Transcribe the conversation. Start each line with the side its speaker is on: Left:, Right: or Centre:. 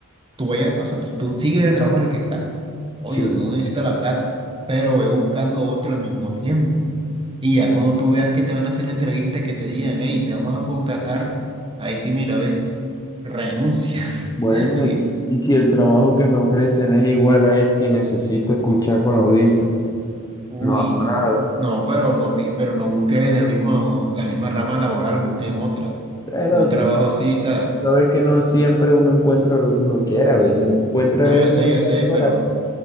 Right: tú vayas, o sea, tú, tú sigues en el trabajo en el que estás. Oye,
Left: Sí.
Right: tú no necesitas la plata, pero ve buscando otro al mismo tiempo. Y ya cuando tú veas que te van a hacer la entrevista, que te digan, hey, te vamos a contratar, ahí sí, mira, ve, renuncia.
Left: bueno,
Right: <laughs> y.
Left: y, y si el trabajo que me ofrecen es igual a este y necesito escuchar con audífonos,
Right: Uy,
Left: no hago nada.
Right: no, pero no, pi- pero no busqué en el mismo, la misma rama laboral, busqué en otra.
Left: Pero
Right: Un trabajo
Left: tú
Right: así, o sea,
Left: sabes que no siempre uno encuentra lo que uno quiere, a veces
Right: mm,
Left: encuentra
Right: no, yo
Left: el
Right: sé,
Left: no
Right: yo
Left: que
Right: sé,
Left: hay por
Right: pero,
Left: ahí.